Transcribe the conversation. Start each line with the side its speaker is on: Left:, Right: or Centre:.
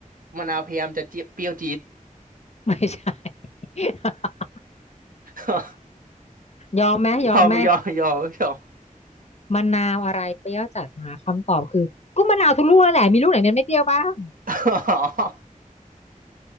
Right: มะนาวพยายามจะเจี๊ยเปรี้ยวจี๊ด
Left: ไม่ใช่ <laughs>
Right: <laughs>
Left: ยอมไหมยอมไหม
Right: ยอมยอมยอมยอม
Left: มะนาวอะไรเปรี้ยวจัดหาคำตอบคือก็มะนาวทุกลูกนั่นแหละมีลูกไหนมันไม่เปรี้ยวบ้าง
Right: อ๋